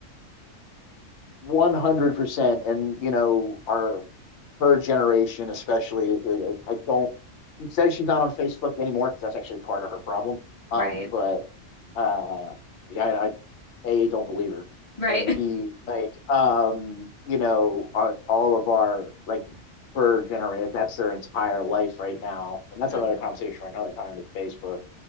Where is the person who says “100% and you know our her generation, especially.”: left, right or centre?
Left